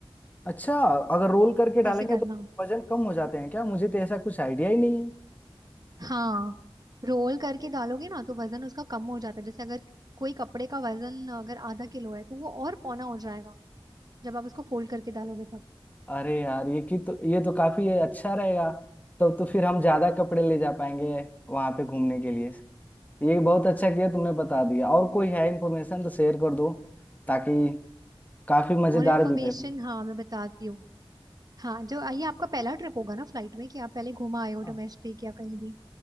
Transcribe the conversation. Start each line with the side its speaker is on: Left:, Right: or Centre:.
Left: अच्छा अगर रोल करके डालेंगे
Right: ऐसे करना
Left: तो वजन कम हो जाते हैं क्या मुझे तो ऐसा कुछ आइडिया ही नहीं है
Right: हाँ रोल करके डालोगे ना तो वजन उसका कम हो जाता है जैसे अगर कोई कपड़े का वजन अगर आधा किलो है तो वो और पौना हो जाएगा जब आप उसको फोल्ड करके डालोगे तब
Left: अरे यार ये की तो ये तो काफी अच्छा रहेगा तब तो फिर हम ज्यादा कपड़े ले जा पाएंगे वहां पे घूमने के लिए ये बहुत अच्छा किया तुमने बता दिया और कोई है इन्फॉर्मेशन तो शेयर कर दो ताकि काफी मजेदार
Right: और इन्फॉर्मेशन
Left: भी रहे
Right: हाँ मैं बताती हूँ हाँ जो ये आपका पहला ट्रिप होगा ना फ्लाइट में कि आप पहले घूमा आए हो
Left: हाँ।
Right: डोमेस्टिक या कहीं भी